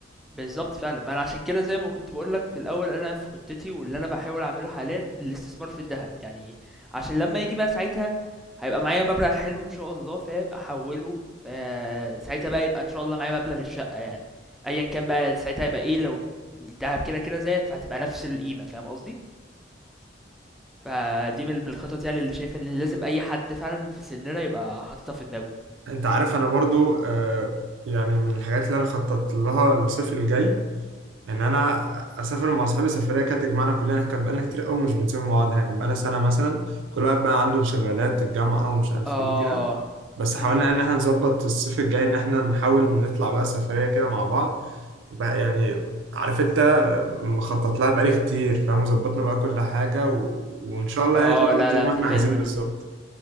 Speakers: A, in the centre; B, on the right.
A: بالظبط فعلا ما انا عشان كده زي ما كنت بقولك في الاول انا في خطتي واللي انا بحاول اعمله حاليا الاستثمار في الذهب يعني عشان لما يجي بقى ساعتها هيبقى معايا مبلغ حلو ان شاء الله فاهم احوله فساعتها بقى يبقى ان شاء الله معايا مبلغ الشقة يعني ايا كان بقى ساعتها هيبقى ايه لو الذهب كده كده زاد فهتبقى نفس القيمة فاهم قصدي فدي من من الخطط يعني اللي شايف ان لازم اي حد فعلا في سننا يبقى حاططها في دماغه
B: انت عارف انا برضو آه، يعني من الحاجات اللي انا خططت لها الصيف الجاي ان انا اسافر مع اصحابي سفريه كانت تجمعنا كلنا احنا كان بقالنا كتير قوي مش بنسافر مع بعض احنا كان بقالنا سنه مثلا كل واحد بقى عنده انشغالات الجامعه ومش عارف
A: اه
B: ايه وكده بس
A: م-
B: حاولنا
A: م.
B: ان احنا نظبط الصيف الجاي ان احنا نحاول نطلع بقى سفريه كده مع بعض بقى يعني عارف انت مخطط لها بقالي كتير فاهم وظبطنا بقى كل حاجة و... وان شاء الله
A: اه
B: يعني تطلع
A: لا
B: زي
A: لا
B: ما احنا
A: دي حلوة
B: عايزين
A: دي
B: بالظبط